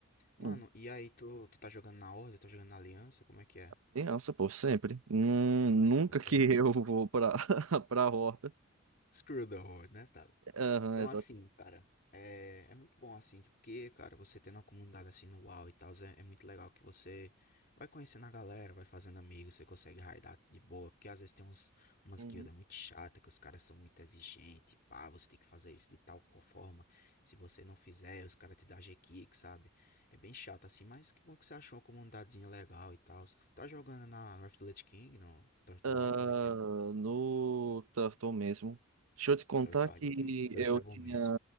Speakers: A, on the left; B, on the right.
A: Mano,
B: Hum.
A: e aí, tu, tu tá jogando na Horda, tá jogando na Aliança? Como é que é?
B: Criança, pô, sempre. Hum,
A: Ah,
B: nunca
A: com certeza.
B: que <laughs> eu vou pra, <laughs> pra horta.
A: Screw the world, né, Thales?
B: Aham,
A: Então,
B: exato.
A: assim, cara, é, é muito bom, assim, porque, cara, você tendo uma comunidade assim no WoW e tal, é, é muito legal que você vai conhecendo a galera, vai fazendo amigos, você consegue raidar de boa, porque às vezes tem uns, umas
B: Uhum.
A: guildas muito chatas, que os caras são muito exigentes, pá, você tem que fazer isso de tal co- forma, se você não fizer, os caras te dão G-Kick, sabe? É bem chato, assim, mas que bom que você achou uma comunidadezinha legal e tal. Tá jogando na North Lich King, no Turtle
B: Ah,
A: WoW, como é que é?
B: no turtle mesmo. Deixa eu te contar
A: Turtle
B: que
A: aí, que Turtle
B: eu
A: é
B: tinha,
A: bom mesmo.